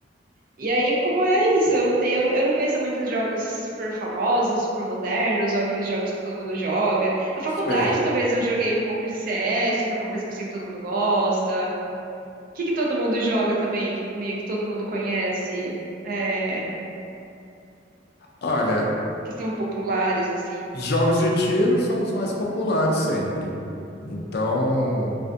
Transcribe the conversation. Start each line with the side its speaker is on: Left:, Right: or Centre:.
Right: E aí, como é isso? Eu não tenho, eu não, eu não conheço muitos jogos super famosos, super modernos, ou aqueles jogos que todo mundo joga. Na faculdade,
Left: sei.
Right: talvez eu joguei um pouco de CS, que é uma coisa que eu sei que todo mundo gosta. O que que todo mundo joga também, que meio que todo mundo conhece, é,
Left: Olha,
Right: que são populares, assim.
Left: os jogos de tiro são os mais populares sempre. Então,